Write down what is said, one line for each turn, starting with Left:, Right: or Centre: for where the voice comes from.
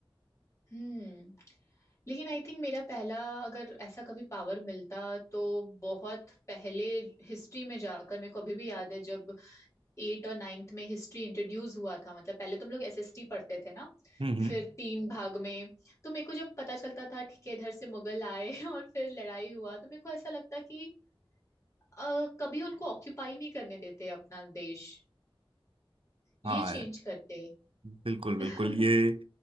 Left: हम्म लेकिन आई थिंक मेरा पहला अगर ऐसा कभी पावर मिलता तो बहुत पहले हिस्ट्री में जाकर मेरे को अभी भी याद है जब एट और नाइन्थ में हिस्ट्री इंट्रोड्यूस हुआ था मतलब पहले तो हम लोग एसएसटी पढ़ते थे ना
Right: हम्म हम्म
Left: फिर तीन भाग में तो मेरे को जब पता चलता था ठीक है इधर से मुगल आए <laughs> और फिर लड़ाई हुआ तो मेरे को ऐसा लगता कि अ, कभी उनको ऑक्यूपाई नहीं करने देते अपना देश
Right: हाँ
Left: ये चेंज करते
Right: बिल्कुल बिल्कुल
Left: <laughs>
Right: ये